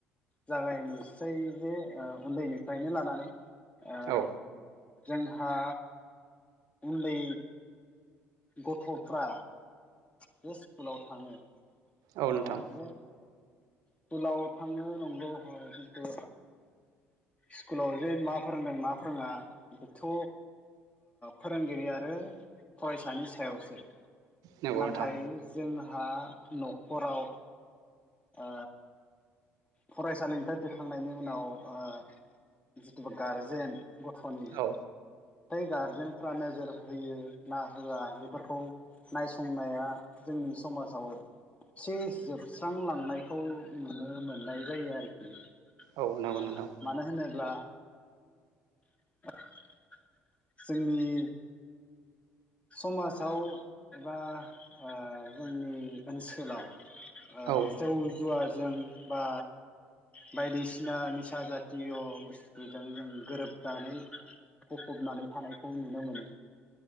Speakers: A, on the left (about 20°); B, on the right (about 60°).
A: जागायनोसै जे उन्दैनिफ्रायनो लानानै ओ
B: औ
A: जोंहा उन्दै गथ'फ्रा बे स्कुलाव थाङो स्कुलाव
B: औ नोंथां
A: जे स्कुलाव थांङो नंगौ हय खिन्थु स्कुलाव जे मा फोरोंदों मा फोरोंङा बेथ' फोरोंगिरि आरो फरायसानि सायावसो।
B: नंगौ
A: नाथाय
B: नोंथां
A: जों हा न'खराव ओ फरायसालिनिफ्राय फैखांनायनि उनाव ओ जिथुबा गारजेन गथ'नि
B: औ
A: बै गारजेनफ्रा नोजोर होयो ना होआ बेफोरखौ नायसंनाया जोंनि समाजाव एसे जोब स्रांलांनायखौ नुनो मोन नाय जायो आरोखि।
B: औ नंगौ
A: अ
B: नोंथां
A: मानो होनो ब्ला <inaudible> जोंनि समाजाव एबा ओ जोंनि ओनसोलाव ओ
B: औ
A: जौ जुवा जों बा बायदिसिना निसा जातिय' बुस्थुजों जों गोरोबनानै गफ'बनानै थानायखौ नुनो मोनो।